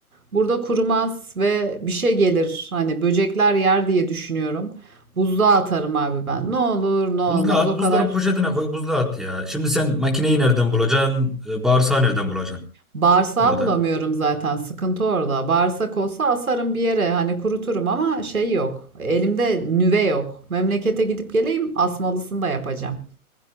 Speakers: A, on the right; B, in the centre.
A: Burada kurumaz ve bir şey gelir. Hani böcekler yer diye düşünüyorum. Buzluğa atarım abi ben. Ne olur ne olmaz
B: Buzluğa at,
A: o kadar.
B: buzdolabı poşetine koy, buzluğa at ya. Şimdi sen makineyi nereden bulacaksın, e, bağırsağı nereden bulacaksın
A: Bağırsağı
B: orada?
A: bulamıyorum zaten. Sıkıntı orada. Bağırsak olsa asarım bir yere. Hani kuruturum ama şey yok. Elimde nüve yok. Memlekete gidip geleyim asmalısını da yapacağım.